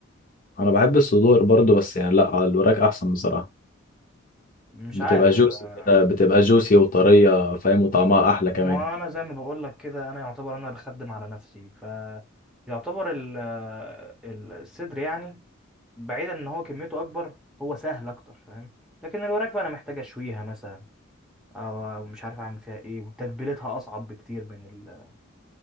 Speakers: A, on the left; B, in the centre.
A: انا بحب الصدور برضو بس يعني لا الوراك احسن بصراحه
B: مش
A: بتبقى
B: عارف
A: جوسي
B: آه،
A: كده بتبقى جوسي وطريه فاهم وطعمها احلى كمان
B: ما انا زي ما بقول لك كده انا يعتبر انا بخدم على نفسي ف يعتبر ال- آه، الصدر يعني بعيدا ان هو كميته اكبر هو سهل اكتر فاهم لكن الوراك بقى انا محتاج اشويها مثلا او أو مش عارف اعمل فيها ايه وتتبيلتها اصعب بكتير من ال